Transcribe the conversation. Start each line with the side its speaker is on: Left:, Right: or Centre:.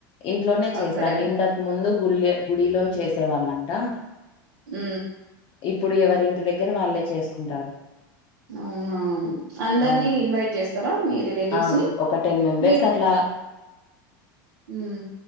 Left: ఇంట్లోనే చేస్తారు
Right: అక్కడే
Left: ఇంతకు ముందు గుళ గుడిలో చేసే వాళ్ళంట
Right: ఉ
Left: ఇప్పుడు ఎవరి ఇంటి దగ్గర వాళ్ళే చేసుకుంటారు
Right: అవునా అందరినీ
Left: అవును.
Right: ఇన్వైట్ చేస్తారా మీ రిలేటివ్స్
Left: ఆ
Right: ని
Left: ఒక టెన్ మెంబెర్స్
Right: మీరు
Left: అట్లా
Right: ఉమ్